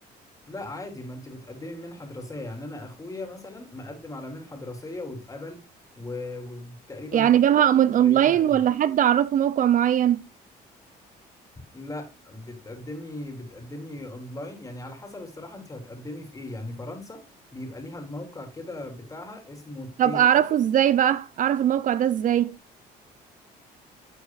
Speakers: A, on the left; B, on the right.
A: لا عادي ما انت بتقدمي منحة دراسية يعني انا اخويا مثلا مقدم على منحة دراسية واتقبل و- وتقريبا
B: يعني
A: بيدفع
B: جابها
A: فلوس
B: من اونلاين
A: قليلة قوي
B: ولا حد اعرفه موقع معين
A: لا بتقدمي بتقدمي اونلاين يعني على حسب الصراحة انت هتقدمي في ايه يعني فرنسا بيبقى ليها الموقع كده بتاعها اسمه
B: طب
A: تي
B: اعرفه ازاي بقى اعرف الموقع ده ازاي